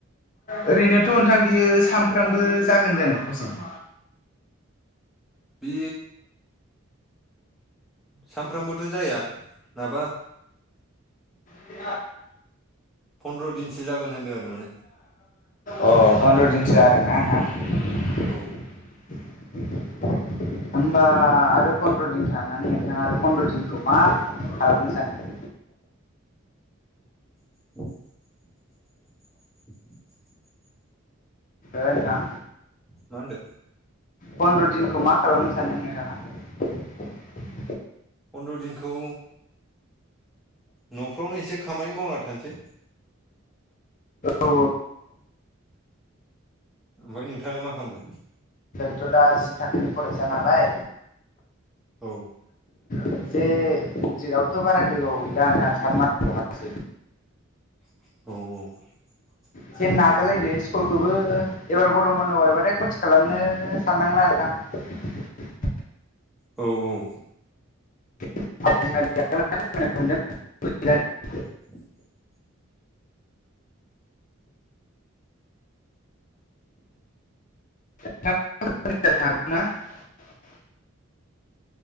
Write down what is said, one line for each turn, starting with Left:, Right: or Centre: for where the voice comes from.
Left: ओरैनोथ' नोंथां बियो सामफ्रामबो जागोन जानो फसें <inaudible>
Centre: बे सानफ्रामबोथ' जाया नाबा
Left: बि
Centre: फन्द्र' दिनसो जागोन होनदों आरो माने
Left: अ फन्द्र' दिनसो आरो ना ना होनबा
Centre: औ
Left: आरो फन रं नानै नोंथाङ आरो पन्द्र' दिनखौ मा खालामनो सानो
Centre: ब <inaudible>
Left: ओथां
Centre: मा होनदों
Left: फन्द्र' दिनखौ मा खालामनो सानदों नोंथाङा
Centre: फन्द्र' दिनखौ न'फ्रावनो एसे खामानि मावना थानोसै।
Left: औ
Centre: ओमफ्राय नोंथाङालाय मा खालामगोन।
Left: थ' दा जि थाखांखोनि फरायसा नालाय
Centre: औ
Left: एसे मिस्ट्रिकआबोथ' बारा गेबाव गैला होना सार मान दखसै
Centre: औ
Left: एसे नाजालायदो स्कुलखौबो एबार गरम बन्द बायबाथ खथि खालामनो साननांला नोंथा।
Centre: औ औ
Left: <unintelligible>
Centre: <unintelligible>
Left: <inaudible>